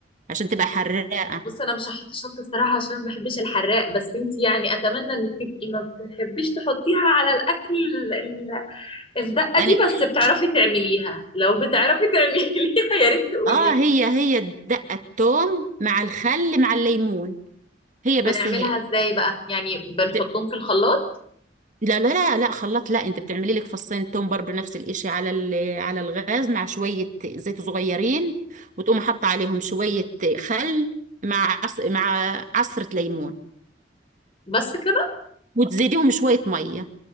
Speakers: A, on the right; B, on the left.
A: عشان تبقى حراقه
B: بص انا مش هحط الشطه الصراحه عشان ما بحبش الحراق بس انت يعني اتمنى انك تبقي ما بتحبيش تحطيها على الاكل ال- ال- الدقه
A: يعني
B: دي بس بتعرفي تعمليها لو بتعرفي تعمليها <laughs> يا ريت تقولي
A: اه
B: لي.
A: هي هي دقه الثوم مع الخل مع الليمون هي بس
B: بنعملها
A: هيك
B: ازاي بقى يعني بنحطهم
A: ت-
B: في الخلاط
A: لا لا لا لا خلاط لا انت بتعملي لك فصين توم برضو نفس الاشي على ال- على الغاز مع شويه زيت صغيرين وتقوم حاطه عليهم شويه خل مع عص... مع عصره ليمون
B: بس كده
A: وتزيديهم شويه ميه